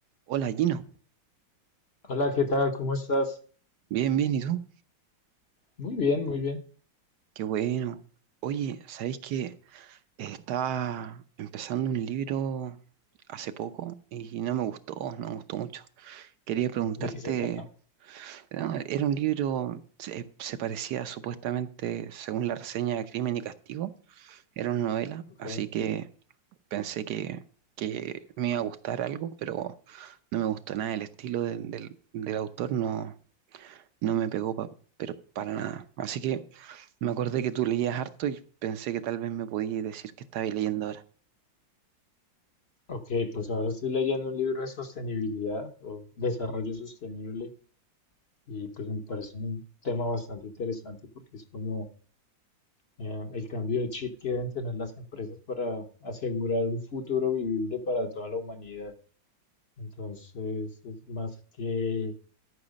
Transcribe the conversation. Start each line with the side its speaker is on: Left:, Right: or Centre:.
Right: Hola Gino,
Left: Hola, ¿qué tal? ¿Cómo estás?
Right: bien, bien, ¿y tú?
Left: Muy bien, muy bien.
Right: Qué bueno. Oye, ¿sabéis que estaba empezando un libro hace poco y no me gustó, no me gustó mucho? Quería preguntarte,
Left: ¿De qué se trata?
Right: no, era un libro, se, se parecía supuestamente, según la reseña a Crimen y Castigo, era una novela,
Left: Ok,
Right: así que pensé que, que me iba a gustar algo, pero no me gustó nada, el estilo de- del, del autor no, no me pegó pa- pero para nada. Así que... Me acordé que tú leías harto y pensé que tal vez me podías decir que estabas leyendo ahora.
Left: ok, pues ahora estoy leyendo un libro de sostenibilidad o desarrollo sostenible y pues me parece un tema bastante interesante porque es como eh, el cambio de chip que deben tener las empresas para asegurar un futuro vivible para toda la humanidad. Entonces, es más que